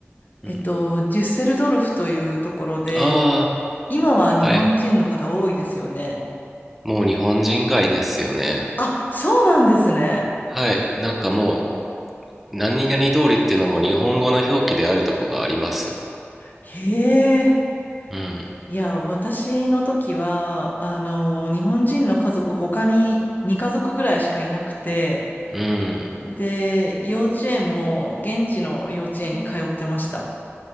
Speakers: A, on the left; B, in the centre.
A: えっと、
B: うん、
A: デュッセルドルフというところで、
B: あ
A: 今は日本人の方多いですよね。
B: あ、はい。もう日本人街ですよね。
A: あ、そうなんですね。
B: はい。なんかもう、何々通りっていうのも日本語の表記であるとこがあります。
A: へえ。
B: うん。
A: いや、私の時は、あの、日本人の家族他に2家族ぐらいしかいなくて、
B: うん。
A: で、幼稚園も現地の幼稚園に通ってました。